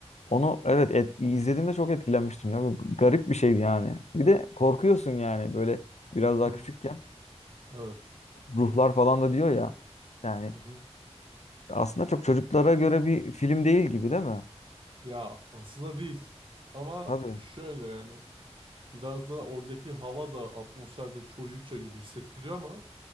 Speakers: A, on the left; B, on the right.
A: Onu evet et, izlediğimde çok etkilenmiştim ya. Bu garip bir şeydi yani. Bir de korkuyorsun yani böyle biraz daha
B: Hı.
A: küçükken.
B: Evet.
A: Ruhlar falan da diyor ya. Yani
B: Hı hı.
A: aslında çok çocuklara göre bir film değil gibi değil mi?
B: Ya aslında değil. Ama
A: Tabii.
B: şöyle yani biraz da oradaki hava da atmosferde çocukça gibi hissettiriyor ama